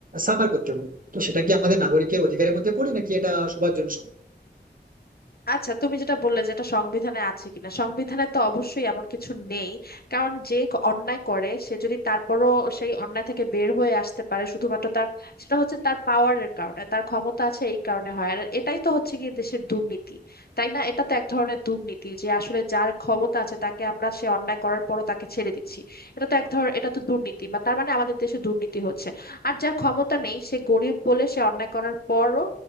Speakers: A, on the right; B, on the left.
A: সাফার করতে হবে তো সেটা কি আমাদের নাগরিকের অধিকারের মধ্যে পড়ে নাকি এটা সবার জন্য সমান
B: আচ্ছা তুমি যেটা বললে যেটা সংবিধানে আছে কিনা সংবিধানে তো অবশ্যই এমন কিছু নেই কারণ যে ক- অন্যায় করে সে যদি তারপরও সেই অন্যায় থেকে বের হয়ে আসতে পারে শুধুমাত্র তার সেটা হচ্ছে তার পাওয়ারের কারণে তার ক্ষমতা আছে এই কারণে হয় আর এটাই তো হচ্ছে গিয়ে দেশের দুর্নীতি তাই না এটা তো এক ধরনের দুর্নীতি যে আসলে যার ক্ষমতা আছে তাকে আমরা সে অন্যায় করার পরও তাকে ছেড়ে দিচ্ছি এটা তো এক ধর এটা তো দুর্নীতি বা তার মানে আমাদের দেশে দুর্নীতি হচ্ছে আর যার ক্ষমতা নেই সে গরিব বলে সে অন্যায় করার পরও